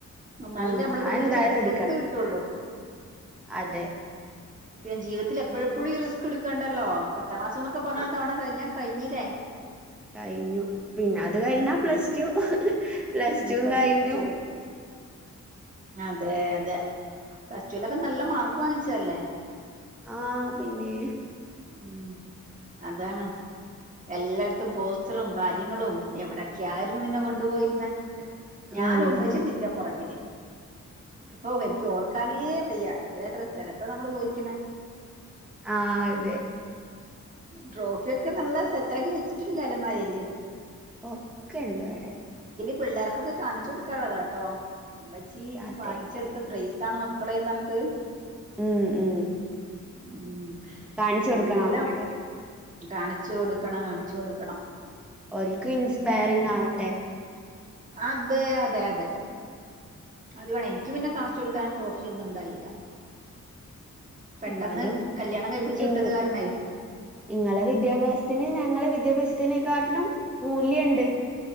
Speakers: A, on the right (about 25°); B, in the centre.
A: എന്നാലല്ലേ
B: ഉം
A: നമ്മള് പ്രതീക്ഷിച്ച
B: അതെന്തായാലും
A: റിസൾട്ട്
B: എടുക്കണം
A: കിട്ടൂള്ളൂ.
B: അതെ.
A: പിന്നെ ജീവിതത്തിലെപ്പോഴുമെപ്പോഴും ഈ റിസ്ക് എടുക്കേണ്ടല്ലോ. പത്താം ക്ലാസ് എന്നൊക്കെ പറഞ്ഞാ
B: ആ
A: ഒരു തവണ കഴിഞ്ഞ കഴിഞ്ഞില്ലേ.
B: കഴിഞ്ഞു. പിന്നത്
A: ഉം
B: കഴിഞ്ഞാ പ്ലസ്ടു. പ്ലസ്ടും
A: പ്ലസ്
B: കഴിഞ്ഞു.
A: ടു അതെ അതെ. പ്ലസ് ടുലൊക്കെ നല്ല മാർക്ക് വാങ്ങിച്ചതല്ലേ.
B: ആഹ് പിന്നെ.
A: ഉം അതാണ്. എല്ലായിടത്തും പോസ്റ്ററും കാര്യങ്ങളും. എവിടൊക്കെയായിരുന്നു നിന്നെ കൊണ്ടു പോയിരുന്നേ. ഞാനും
B: ഉം
A: ഉമ്മച്ചിയും നിന്റെ പുറകില്. ഹൊ എനിക്കോർക്കാനേ വയ്യ. എത്രയെത്ര സ്ഥലത്താ നമ്മള് പോയിരിക്കണേ.
B: ആഹ് അതെ.
A: ട്രോഫിയൊക്കെ നല്ല സെറ്റാക്കി വെച്ചിട്ടില്ലെ അലമാരേല്.
B: ഒക്കെ ഇണ്ടിവിടെ.
A: പിള്ളേർക്കൊക്കെ കാണിച്ചു കൊടുക്കാനുള്ളതാട്ടോ. ഉമ്മച്ചി
B: അതെ
A: വാങ്ങിച്ചെടുത്ത പ്രൈസ് സാണ് മക്കളേന്ന് പറഞ്ഞിട്ട്.
B: ഉം ഉം.
A: ഉം.
B: കാണിച്ചു
A: അതെല്ലാം
B: കൊടുക്കാം. നമ്മക്ക്
A: കാണിച്ചു കൊടുക്കണം. കാണിച്ചു കൊടുക്കണം.
B: ഓൽക്കും ഇൻസ്പയറിങ്
A: പിന്നെ
B: ആവട്ടെ.
A: അതെ അതെയതെ. അത് വേണം. എനിക്ക് പിന്നെ കാണിച്ചു കൊടുക്കാൻ ട്രോഫിയൊന്നുണ്ടായില്ല. പെട്ടെന്ന്
B: എന്നാലും
A: കല്യാണം കഴിപ്പിച്ചു
B: ഇങ്
A: വിട്ടത് കാരണേയ്.
B: ഇങ്ങളെ വിദ്യാഭ്യാസത്തിന് ഞങ്ങളെ വിദ്യാഭ്യാസത്തിനേക്കാട്ടിലും, മൂല്യണ്ട്.